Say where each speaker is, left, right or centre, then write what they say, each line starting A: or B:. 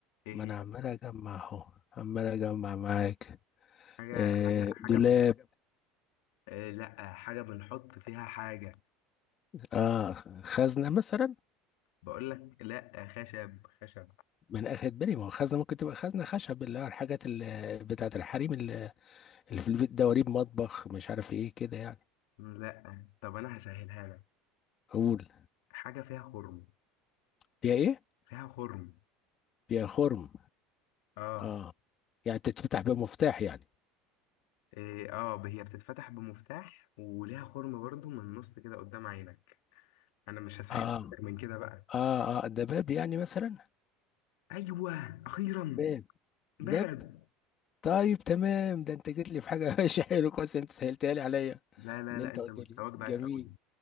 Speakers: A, on the left; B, on the left.
A: ايه
B: ما انا
A: هي
B: عمال اجمع اهو عمال اجمع معاك
A: حاجه
B: آه،
A: حاجه حاجه
B: دولاب
A: بن... إيه لا حاجه بنحط فيها حاجه
B: اه خزنه مثلا
A: بقول لك لا خشب خشب
B: ما انا اخد بالي ما هو خزنه ممكن تبقى خزنه خشب اللي هو الحاجات اللي بتاعت الحريم اللي اللي في البيت دواريب مطبخ مش عارف ايه كده يعني
A: لا طب انا هسهلها لك
B: قول
A: حاجه فيها خرم
B: فيها ايه
A: فيها خرم
B: فيها خرم
A: اه
B: اه يعني تتفتح بمفتاح يعني
A: إيه اه هي بتتفتح بمفتاح وليها خرم برضو من النص كده قدام عينك انا مش هسهل
B: اه
A: اكتر من كده بقى
B: اه اه ده باب يعني مثلا
A: ايوه اخيرا
B: باب
A: دهب
B: باب طيب تمام ده انت جيت لي في حاجه <laughs> ماشي حلو كويس انت سهلتها لي عليا
A: لا لا
B: ان
A: لا
B: انت
A: انت
B: قلت
A: مستواك
B: لي
A: ضعيف
B: جميل
A: قوي